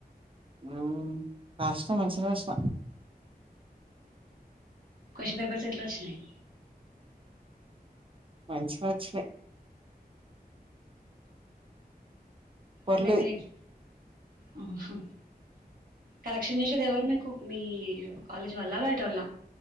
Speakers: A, on the right (about 35°); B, on the right (about 60°).
A: హ్మ్ రాసిన మంచిగా రాసిన
B: క్యూషన్ పేపర్స్ ఇట్ల వచ్చినాయ్
A: మంచిగా వచ్చినాయి పర్లేదు
B: అంటే మీరు ఎట్ల ఆ హ కరెక్షన్ చేసేది ఎవరు మీకు మీ కాలేజ్ వాళ్ళ బయట వాళ్ళ